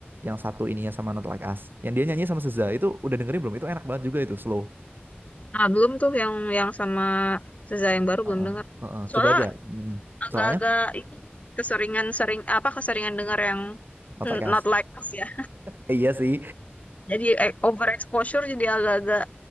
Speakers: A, on the right; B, on the left.
A: yang satu ininya sama Not Like Us yang dia nyanyi sama Seza itu udah dengerin belum itu enak banget juga itu slow
B: Ah, belum tuh yang yang sama Seza yang baru
A: Heeh,
B: belum dengar.
A: heeh.
B: Soalnya
A: coba aja Mm.
B: agak-agak
A: soalnya
B: ini keseringan sering apa keseringan dengar yang
A: Not
B: mm,
A: Like Us
B: Not Like Us ya.
A: Eh, iya sih
B: Jadi eh, overexposure jadi agak-agak